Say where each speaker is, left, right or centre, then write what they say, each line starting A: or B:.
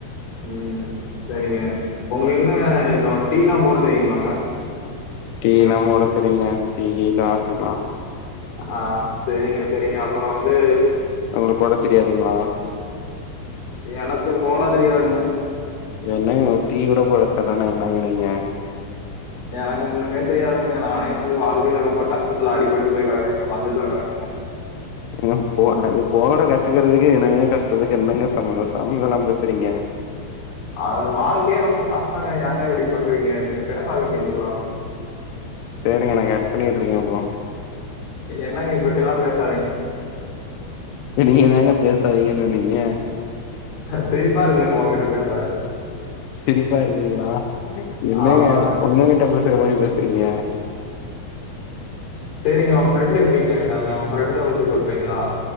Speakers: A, on the left (about 60°); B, on the left (about 80°).
A: ம் சரிங்க உங்களு என்னஅ எதோ டீலா போட தெரியுங்ளாஅ
B: டீ எல்லாம் போட தெறீங்க டீஇ காஃபில்லா
A: ஆ செரிங்க செரிங்க அப்பறோ வந்து
B: உள்ளு போட தெரியாதுங்ளா
A: எனக்கு போட தெரியாதுங்க
B: என்னங்க ஒரு டீ கூட போடத்தெடர்லனா என்னங்க நீங்க
A: எனக்கு ஒண்ணுமே தெரியாதுங்க நானே வந்து வாழ்க்கைல ரொம்ப கஷ்டத்துல அடிபட்டு போய் கெடக்கேங்க பஞ்சத்துல கெடக்கேங்க
B: ஏங்க போறாரு போற கத்துக்கறதுக்கு என்னங்க கஷ்டத்துக்கு என்னங்க சம்மந்தோ சம்மந்தோ இல்லாம பேசுறீங்க
A: அது வாழ்க்கயே ரொம்ப கஷ்டோங்க ஏங்க இப்டி பன்றீங்க நீங்க பேசாதீங்க இப்பில்லா
B: சேரிங்க நா கட் பண்ணிட்ருக்கே அப்போ
A: என்னங்க இப்டில்லா பேச
B: நீங்கதாங்க பேசாதீங்கன் சொன்னீங்க
A: சிரிப்பாருக்குங்க ஒங்கிட்ட பேச
B: சிரிப்பாருக்குங்ளா என்னங்க
A: ஆமாங்க.
B: பொண்ணுங்கிட்ட பேசுற மாரி பேசுறீங்க
A: சேரிங்க ஒங்க ஃப்ரெண்டு எப்டிங்க இருக்காங்க ஒங்க ஃப்ரெண்ட பத்தி சொல்றீங்ளா